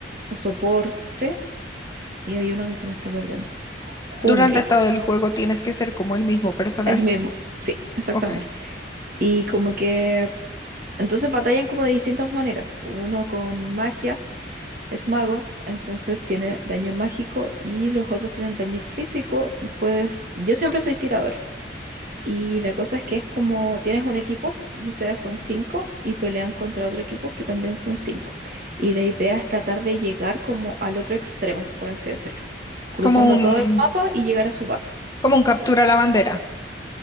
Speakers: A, on the right; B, on the left.
A: o soporte. Y hay uno que se me está perdiendo. Jungla.
B: Durante todo el juego tienes que ser como el mismo personaje.
A: El mismo. Sí, exactamente.
B: Ok.
A: Y como que. Entonces batallan como de distintas maneras. Uno con magia, es mago, entonces tiene daño mágico y los otros tienen daño físico y puedes. Yo siempre soy tirador. Y la cosa es que es como tienes un equipo y ustedes son cinco y pelean contra otro equipo que también son cinco. Y la idea es tratar de llegar como al otro extremo, por así decirlo, cruzando
B: Como un,
A: todo el mapa y llegar a su base.
B: como un captura la bandera.